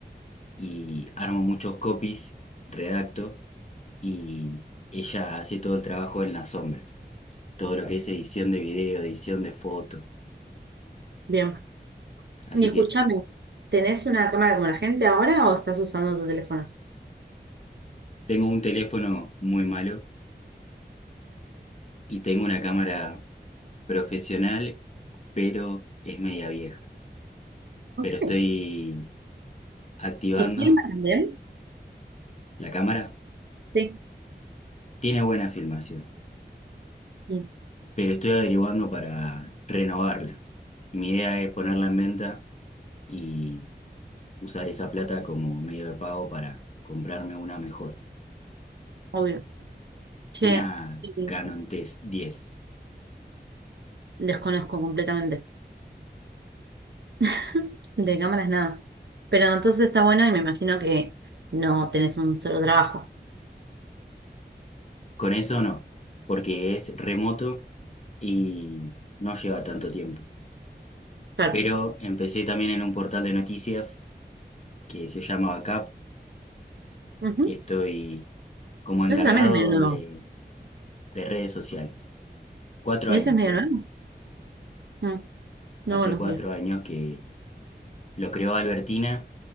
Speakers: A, on the left; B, on the right.
A: y armo muchos copies, redacto y ella hace todo el trabajo en las sombras, todo lo que Claro. es edición de video, edición de foto.
B: Bien.
A: Así
B: Y escúchame,
A: que
B: ¿tenés una cámara como la gente ahora o estás usando tu teléfono?
A: tengo un teléfono muy malo y tengo una cámara profesional, pero es media vieja.
B: Ok.
A: Pero estoy activando
B: ¿Y filma también?
A: <laughs> la cámara.
B: Sí.
A: Tiene buena filmación.
B: Sí,
A: pero estoy averiguando para renovarla. Mi idea es ponerla en venta y usar esa plata como medio de pago para comprarme una mejor,
B: obvio. Che,
A: una
B: y
A: Canon T10.
B: desconozco completamente. <laughs> De cámaras nada. Pero entonces está bueno y me imagino que no tenés un solo trabajo.
A: Con eso no, porque es remoto y no lleva tanto tiempo.
B: Claro.
A: Pero empecé también en un portal de noticias que se llama Backup,
B: Ujú.
A: que estoy como encargado
B: Eso también es medio
A: de,
B: nuevo.
A: de redes sociales. Cuatro
B: ¿Y
A: años
B: eso es medio
A: tiene.
B: nuevo? Mm. No
A: Hace
B: conocía.
A: cuatro años que Lo creó Albertina,